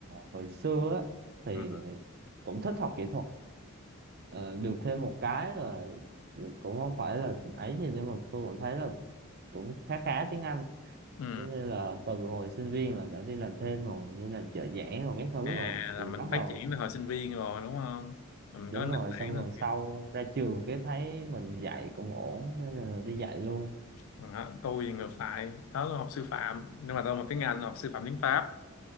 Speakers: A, on the right; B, on the left.
A: hồi xưa á, thì
B: ừ.
A: cũng thích học kỹ thuật ờ, được thêm một cái là cũng không phải là ấy gì nhưng mà tôi cảm thấy là cũng khá khá tiếng Anh
B: ừ.
A: cho nên là từ hồi sinh viên là đã đi làm thêm rồi như là trợ giảng rồi các thứ
B: À,
A: rồi
B: là
A: thì
B: mình
A: bắt
B: phát
A: đầu
B: triển từ hồi sinh viên rồi đúng không mình
A: đúng
B: có nền
A: rồi
B: tảng
A: xong rồi sau
B: rồi
A: ra trường cái thấy mình dạy cũng ổn cho nên là đi dạy luôn
B: Đó, tôi thì ngược lại đó là học sư phạm nhưng mà tôi học tiếng Anh học sư phạm tiếng Pháp